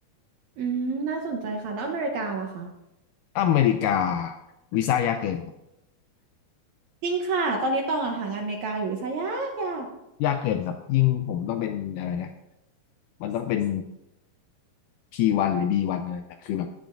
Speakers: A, on the right; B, on the left.
A: อืมน่าสนใจค่ะแล้วอเมริกาล่ะคะ
B: อเมริกาวีซ่ายากเกินครับ
A: จริงค่ะ ตอนนี้ตองอะหางานอเมริกาอยู่วีซ่ายากยาก
B: ยากเกินครับยิ่งผมต้องเป็นอะไรนะมันต้องเป็น P1 หรือ B1 อะไรนะคือแบบ